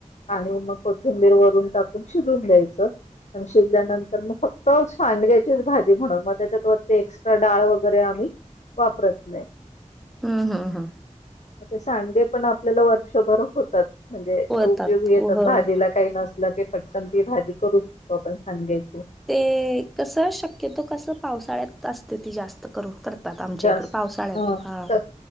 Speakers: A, on the left; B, in the centre.
A: आणि मग कोथिंबीर वरून टाकून शिजवून द्यायचं. प शिजल्यानंतर मग फक्त सांडग्याचीच भाजी म्हणून मग त्याच्यात वरती एक्स्ट्रा डाळ वगैरे आम्ही वापरत नाही
B: हा हा हा
A: सांडगे पण आपल्याला वर्षभर होतात म्हणजे
B: होतात
A: उपयोगी येतात
B: होय.
A: भाजीला काही नसलं की पटकन ती भाजी करू शकतो आपण सांडग्याची
B: ते कस शक्यतो कस पावसाळ्यात असते ती जास्त करून कर आमच्या
A: जास्त
B: इकड पावसाळ्यात हा
A: क-